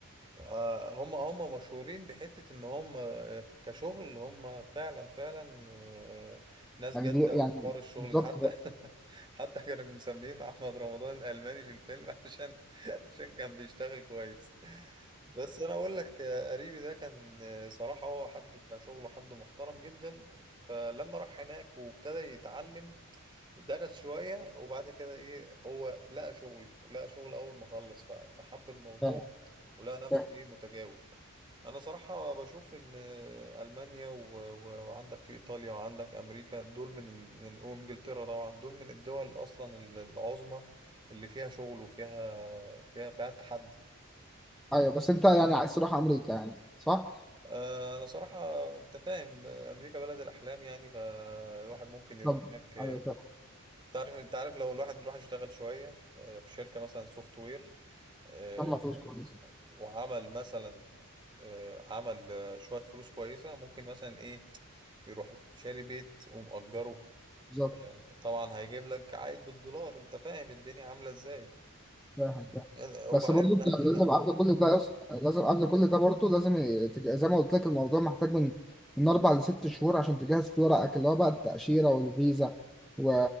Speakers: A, on the right (about 20°); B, in the centre.
A: آه، هم هم مشهورين بحتة ان هم آه، كشغل هم فعلا فعلا آه، ناس
B: يعني
A: جادة
B: دي يعني
A: أوي في حوار الشغل
B: بالظبط
A: ده حتى <laughs> حتى كانوا مسمين احمد رمضان الالماني في الفيلم <laughs> عشان عشان كان بيشتغل كويس بس انا اقول لك آه، قريبي ده كان آه، صراحة هو حد بتاع شغله حد محترم جدا فلما راح هناك وابتدى يتعلم درس شوية وبعد كده ايه هو لقى شغل لقى شغل اول ما خلص ف- فحب الموضوع
B: فاهم
A: ولقى نفسه
B: فاهم.
A: ايه متجاوب انا صراحة بشوف ان المانيا و... و... وعندك في ايطاليا وعندك امريكا دول من من وانجلترا طبعا دول من الدول اصلا العظمى اللي فيها شغل وفيها فيها فيها تحدي
B: ايوه بس انت يعني عايز تروح امريكا يعني صح؟
A: آه، انا صراحة انت فاهم امريكا بلد الاحلام يعني فالواحد ممكن يروح
B: طب
A: هناك
B: ايوه فاهم
A: تعرف انت عارف لو الواحد راح يشتغل شوية آه، في شركة مثلا سوفت وير آه،
B: ما فيش كويس
A: وعمل مثلا آه، عمل آه، شوية فلوس كويسة ممكن مثلا ايه يروح شاري بيت ومأجره
B: بالظبط
A: آه، طبعا هيجيب لك عائد بالدولار انت فاهم الدنيا عاملة ازاي
B: فاهم فاهم.
A: يعني- وبعدين
B: بس برضه
A: احنا
B: انت
A: احنا
B: لازم قبل كل ده أص- لازم قبل كل ده برضه لازم ي- تج- زي ما قلت لك الموضوع محتاج من من اربع لست شهور عشان تجهز فيه ورقك اللي هو بقى التأشيرة والفيزا و...